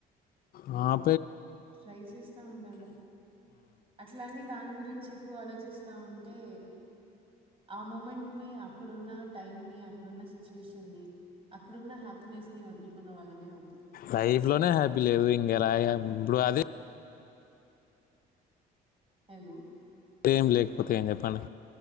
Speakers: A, on the left (about 60°); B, on the right (about 35°).
A: ఆ
B: ట్రై చేస్తా ఉండాల అట్లాని దాని గురించి చి ఎక్కువ ఆలోచిస్తావుంటే ఆ మూమెంట్ ని అక్కడున్న టైం ని అక్కడున్న సిచ్యువేషన్ ని అక్కడున్న హ్యాపీనెస్ ని వదులుకున్న వాళ్ళమే అవుతాం
A: లైఫ్ లోనే హ్యాపీ లేదు ఇంగ్ ఎలాగా ఇప్పుడు అదే
B: హలో
A: ఏం లేకపోతే ఏం చెప్పండి